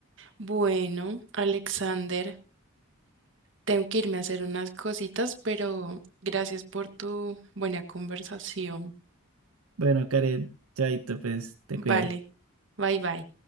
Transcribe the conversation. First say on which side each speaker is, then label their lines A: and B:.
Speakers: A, on the right; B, on the right.
A: Bueno, Alexander, tengo que irme a hacer unas cositas, pero gracias por tu buena conversación.
B: Bueno, Karen, chaito, pues te
A: Vale,
B: cuidas.
A: bye bye.